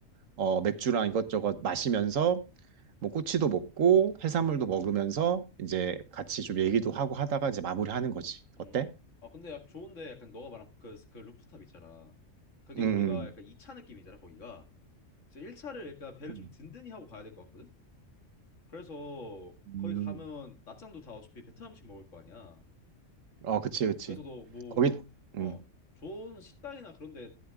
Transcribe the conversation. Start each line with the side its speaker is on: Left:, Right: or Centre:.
Right: 어, 맥주랑 이것저것 마시면서 뭐 꼬치도 먹고 해산물도
Left: 음,
Right: 먹으면서 이제 같이 좀 얘기도 하고 하다가 이제 마무리하는 거지.
Left: 음.
Right: 어때?
Left: 아, 근데 약간 좋은데 약간 너가 말한 그, 그 루프탑 있잖아. 그게
Right: 음,
Left: 우리가 약간 2차 느낌이잖아, 거기가. 그래서 1차를 약간 배를
Right: 음,
Left: 좀 든든히 하고 가야 될 것 같거든? 그래서
Right: 음.
Left: 거기 가면 낮장도 다 어차피 베트남 음식 먹을 거 아니야.
Right: 어, 그치, 그치.
Left: 그래서 너 뭐,
Right: 거기,
Left: 어,
Right: 음.
Left: 좋은 식당이나 그런 데